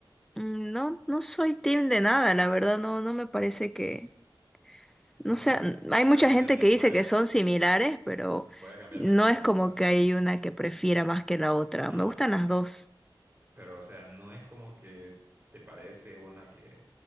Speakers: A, in the centre; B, on the right.
A: Mm, No, no soy team de nada, la verdad, no, no me parece que, no
B: O sea,
A: sé, n- hay
B: voy
A: mucha
B: a cambiar
A: gente
B: mi,
A: que dice
B: voy a
A: que
B: cambiar,
A: son similares, pero
B: voy a cambiar
A: no
B: mi pregunta.
A: es como que hay una que prefiera más que la otra.
B: Ah,
A: Me gustan
B: ok.
A: las dos.
B: Pero, o sea, no es como que te parece una que